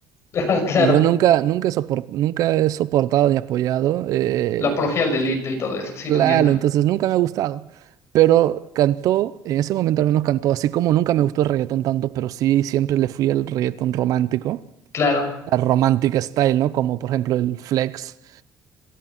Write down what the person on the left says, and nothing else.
<laughs> Ah, claro,
la apología al delito y todo eso, sí,
te entiendo.
Claro.